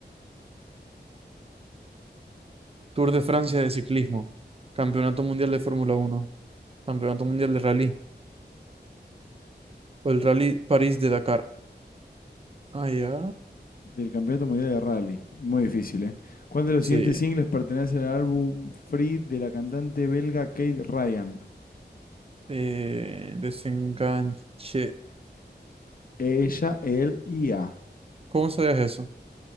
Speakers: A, on the right; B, on the left.
A: Tour de Francia de ciclismo. Campeonato Mundial de Fórmula Uno. Campeonato Mundial de Rally. O el Rally París de Dakar. Ah, ya.
B: del Campeonato Mundial de Rally? Muy difícil, ¿eh? ¿Cuál de los
A: Sí.
B: siguientes singles pertenece al álbum Free de la cantante belga Kate Ryan?
A: Eh, desenganche
B: Ella, él y A.
A: ¿Cómo sabías eso?